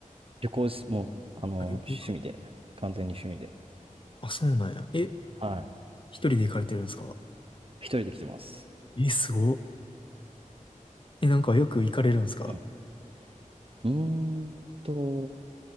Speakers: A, on the right; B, on the left.
A: 旅行し、もう、あの、
B: ありか。
A: 趣味で、完全に趣味で。
B: あ、そうなんや。え、
A: はい。
B: 一人で行かれてるんですか
A: 一人で来てます。
B: え、すごえ、なんかよく行かれるんですか
A: うん。うーんと、